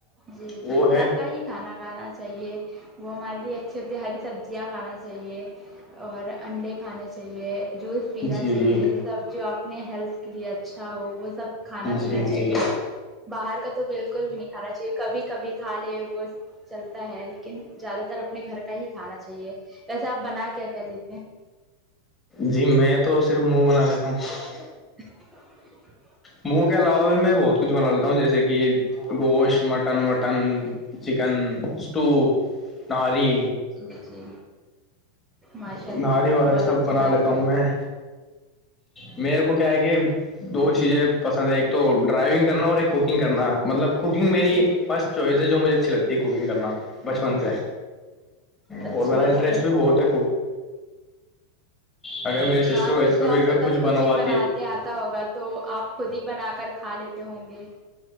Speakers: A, on the right (about 15°); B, on the left (about 20°).
A: جی
B: وہ
A: جی
B: ہے
A: گھر کا ہی کھانا کھانا چاہیے وہ ہمارے لیے اچھے ہوتی ہری سبزی جیا کھانا چاہیے اور انڈے کھانے چاہیے جوس <inaudible> پینا
B: جی
A: چاہیے
B: جی
A: یہ سب جو اپنے ہیلتھ کے لیے اچھا ہو وہ سب کھانا پینا
B: جی
A: چاہیے
B: جی
A: باہر کا تو بالکل بھی نہیں کھانا چاہیے کبھی کبھی کھا لے وہ چلتا ہے لیکن زیادہ تر اپنے گھر کا ہی کھانا چاہیے ویسے آپ بنا کیا کیا دیتے ہیں
B: جی میں تو صرف منہ بنا لیتا ہوں
A: <inaudible>
B: منہ کے علاوہ بھی میں بہت کچھ بنالتا ہوں جیسے کہ گوشت مٹن وٹن چکن اسٹو نہاری
A: جی جی ماشاء
B: نہاری
A: اللہ
B: وہاری
A: بہت
B: سب
A: اچھی
B: بنا
A: بات
B: لیتا
A: ہے
B: ہوں میں میرے کو کیا ہے کہ دو چیزیں پسند ہیں ایک تو ڈرائیونگ کرنا اور ایک کوکنگ کرنا مطلب کوکنگ میری
A: جی
B: فرسٹ چوائز ہے جو مجھے اچھی لگتی ہے کوکنگ کرنا بچپن سے
A: اچھی
B: اور میرا
A: بات
B: انٹرسٹ بھی بہت ہے اگر میرے سسٹر
A: ہاں
B: ور
A: پھر تو آپ
B: بھی اگر
A: سے سب
B: کچھ بنوا
A: ہی بناتے آتا ہوگا تو آپ خود ہی بنا کر کھا لیتے ہوں گے